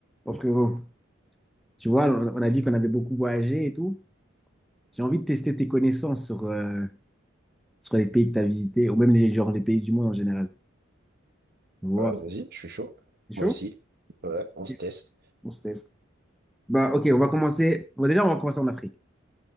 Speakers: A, in the centre; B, on the right (about 50°).
A: Bon, frérot, tu vois, on on a dit qu'on avait beaucoup voyagé et tout. J'ai envie de tester tes connaissances sur, euh, sur les pays que tu as visités, ou même les, genre, les pays du monde en général. Wow.
B: Ouais, vas-y, je suis chaud.
A: C'est
B: Moi
A: chaud?
B: aussi. Ouais, on se
A: Ok.
B: teste.
A: On se teste. Bah, ok, on va commencer. Bon, déjà, on va commencer en Afrique.